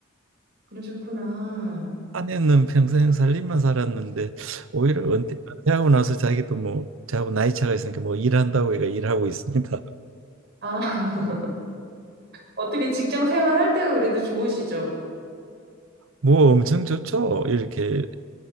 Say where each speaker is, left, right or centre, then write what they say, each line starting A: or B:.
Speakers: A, on the right; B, on the right.
A: 그러셨구나.
B: 아내는 평생 살림만 살았는데 오히려 은퇴, 하고 나서 자기도 뭐 저하고 나이 차가 있으니까 뭐 일한다고 얘가 일하고 있습니다.
A: 아, <laughs> 어떻게 직장 생활 할 때가 그래도 좋으시죠?
B: 뭐 엄청 좋죠. 이렇게